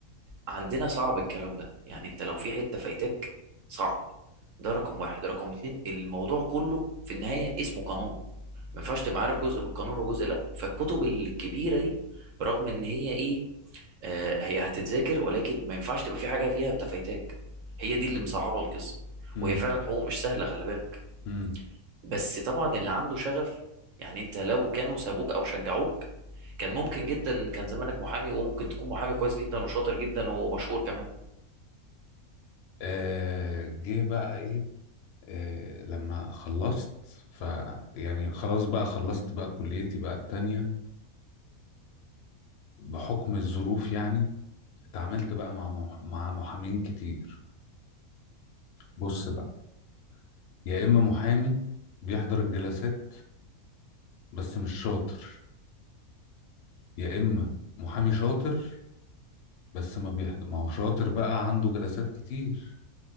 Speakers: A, on the right; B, on the left.
A: عندنا صعب الكلام ده يعني انت لو في حتة فايتاك صعب ده رقم واحد رقم اتنين الموضوع كله في النهاية اسمه قانون ما ينفعش تبقى عارف جزء من القانون وجزء لا فالكتب الكبيره دي برغم ان هي ايه آه هي هتتذاكر ولكن ما ينفعش تبقى في حاجه فيها انت فايتاك هي دي اللي
B: مم.
A: مصعبه القصه
B: مم.
A: وهي فعلا حقوق مش سهله خلي بالك
B: مم.
A: بس طبعا اللي عنده شغف يعني انت لو كانوا سابوك او شجعوك كان ممكن جدا كان زمانك محامي وممكن تكون محامي كويس جدا وشاطر جدا ومشهور كمان
B: آه جه بقى ايه آه لما خلصت ف يعني خلاص بقى خلصت بقى كليتي بقى التانية وبحكم الظروف يعني اتعاملت بقى مع مح- مع محامين كتير بص بقى يا اما محامي بيحضر الجلسات بس مش شاطر يا اما محامي شاطر بس ما بيحضر ما هو شاطر بقى عنده جلسات كتير